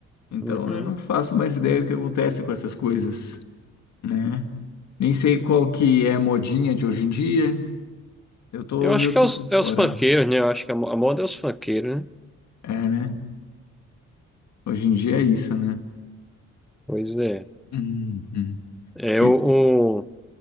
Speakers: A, on the left (about 65°); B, in the centre.
A: Então,
B: Uhum.
A: eu não faço mais ideia do que acontece com essas coisas, né? Nem sei qual que é a modinha de hoje em dia. Eu tô
B: Eu acho
A: meio
B: que
A: que
B: é os,
A: por
B: é
A: fora.
B: os funkeiros, né? Eu acho que a mo- a moda é os funkeiros, né?
A: É, né? Hoje em dia é isso, né?
B: Pois é.
A: Uhum.
B: É
A: E-
B: o,